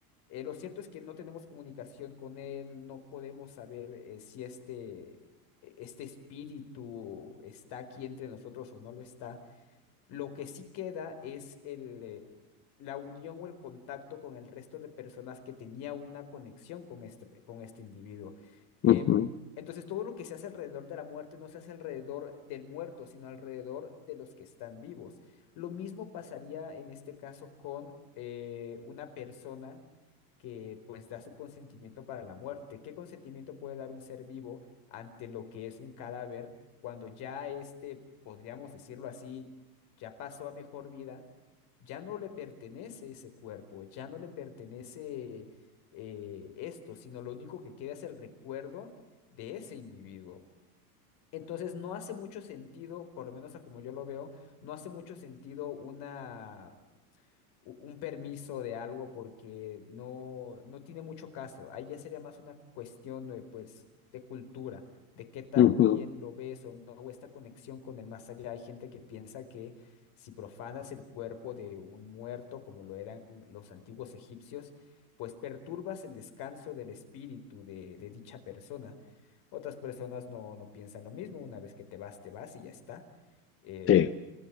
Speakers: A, on the left (about 55°); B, on the left (about 30°).
A: Eh, lo cierto es que no tenemos comunicación con él, no podemos saber eh, si este, e- este espíritu está aquí entre nosotros o no lo está. Lo que sí queda es el, eh, la unión o el contacto con el resto de personas que tenía una conexión con este, con este individuo.
B: Ujú,
A: Em, entonces, todo lo que se hace alrededor de la muerte no se hace alrededor del muerto, sino alrededor de los que están vivos. Lo mismo pasaría en este caso con eh, una persona que pues da su consentimiento para la muerte. ¿Qué consentimiento puede dar un ser vivo ante lo que es un cadáver cuando ya este, podríamos decirlo así, ya pasó a mejor vida, ya no le pertenece ese cuerpo, ya no le pertenece eh, esto, sino lo único que queda es el recuerdo de ese individuo. Entonces no hace mucho sentido, por lo menos a como yo lo veo, no hace mucho sentido una u- un permiso de algo porque no, no tiene mucho caso. Ahí ya sería más una cuestión de, pues, de cultura, de qué tan
B: ujú.
A: bien lo ves o no, o esta conexión con el más allá. Hay gente que piensa que si profanas el cuerpo de un muerto, como lo eran los antiguos egipcios, pues perturbas el descanso del espíritu de, de dicha persona. Otras personas no, no piensan lo mismo, una vez que te vas, te vas y ya está. Eh,
B: Sí.